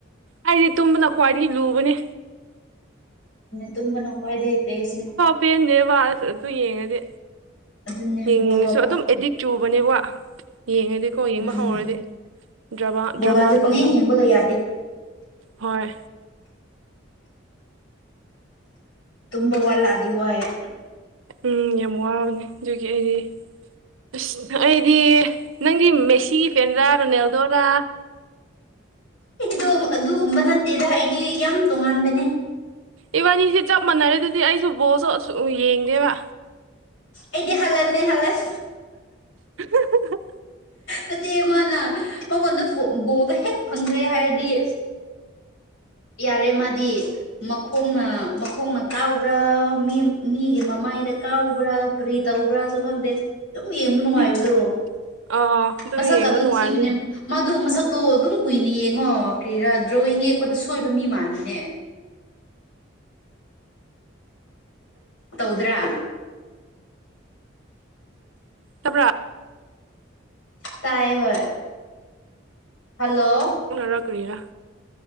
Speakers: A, on the right; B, on the left.
A: ꯑꯩꯗꯤ ꯇꯨꯝꯕꯅ ꯈ꯭ꯋꯥꯏꯗꯒꯤ ꯂꯨꯕꯅꯤ
B: ꯇꯨꯝꯕꯅ ꯈ꯭ꯋꯥꯏꯗꯒꯤ ꯕꯦꯁꯅꯦ
A: ꯄꯦꯟꯗꯦ ꯋꯥꯁ ꯑꯗꯨ ꯌꯦꯡꯉꯗꯤ
B: ꯑꯗꯨꯅꯦ
A: ꯌꯦꯡꯅꯤꯡꯉꯁꯨ
B: ꯕꯣꯜꯒ ꯄꯪ
A: ꯑꯗꯨꯝ ꯑꯦꯗꯤꯛ ꯆꯨꯕꯅꯦꯕ ꯌꯦꯡꯉꯗꯤ ꯀꯣ ꯌꯦꯡꯕ
B: ꯎꯝ
A: ꯍꯧꯔꯗꯤ ꯗ꯭ꯔ
B: ꯕꯣꯜꯒꯁꯦ
A: ꯗ꯭ꯔꯃꯥꯒꯨꯝꯅ
B: ꯄꯪꯌꯦꯡ ꯌꯦꯡꯕꯒ ꯌꯥꯗꯦ
A: ꯍꯣꯏ
B: ꯇꯨꯝꯕ ꯋꯥꯂꯗꯤ ꯋꯥꯏꯋꯦ
A: ꯎꯝ ꯌꯥꯝ ꯋꯥꯕꯅꯦ ꯍꯧꯖꯤꯒꯤ ꯑꯩꯒꯤ ꯑꯁ ꯑꯩꯗꯤ ꯅꯪꯗꯤ ꯃꯦꯁꯤꯒꯤ ꯐꯦꯟꯔꯥ ꯔꯣꯅꯦꯜꯗꯣꯔꯥ
B: ꯑꯩꯒꯤꯗꯣ ꯑꯗꯨꯒꯨꯝꯕ ꯅꯠꯇꯦꯗ ꯑꯩꯗꯤ ꯌꯥꯝ ꯇꯣꯉꯥꯟꯕꯅꯦ
A: ꯏꯕꯥꯅꯤꯁꯦ ꯆꯞ ꯃꯥꯟꯅꯔꯦ ꯑꯗꯨꯗꯤ ꯑꯩꯁꯨ ꯕꯣꯁꯨ ꯌꯦꯡꯗꯦꯕ
B: ꯑꯦꯗꯤ ꯍꯜꯥꯟꯅꯦ ꯍꯂꯠ
A: <unintelligible>
B: ꯅꯠꯇꯦ ꯃꯥꯅ ꯃꯉꯣꯟꯗ ꯕꯣꯜ-ꯕꯣꯜꯗꯣ ꯍꯦꯛ ꯐꯪꯗ꯭ꯔꯦ ꯍꯥꯏꯔꯗꯤ ꯌꯥꯔꯦ ꯃꯥꯗꯤ ꯃꯈꯣꯡꯅ ꯃꯈꯣꯡꯅ ꯀꯥꯎꯕ꯭ꯔꯥ ꯃꯤ ꯃꯤꯒꯤ ꯃꯃꯥꯏꯗ ꯀꯥꯎꯕ꯭ꯔꯥ ꯀꯔꯤ ꯇꯕꯨꯕ꯭ꯔꯥꯁꯨ ꯈꯪꯗꯦ ꯑꯗꯨꯝ ꯌꯦꯡꯕ ꯅꯨꯡꯉꯥꯏꯕꯗꯣ
A: ꯎꯝ ꯑꯥ ꯑꯗꯨꯝ
B: ꯃꯁꯛ
A: ꯌꯦꯡꯕ
B: ꯀꯥꯗꯨ
A: ꯅꯨꯡꯉꯥꯏꯕꯅꯦ
B: ꯊꯤꯕꯥꯅꯦꯕ ꯃꯥꯗꯣ ꯃꯁꯛꯇꯣ ꯑꯗꯨꯝ ꯀꯨꯏꯅ ꯌꯦꯡꯉꯣ ꯀꯔꯥ ꯗ꯭ꯔꯣꯣꯌꯋꯤꯡ ꯌꯦꯛꯄꯗ ꯁꯣꯏꯕ ꯃꯤ ꯃꯥꯟꯕꯅꯦ ꯇꯧꯗ꯭ꯔꯥ
A: ꯇꯥꯞ
B: ꯇꯥꯏ ꯍ ꯍꯜꯂꯣ
A: ꯔ ꯀ꯭ꯔꯦꯌꯥ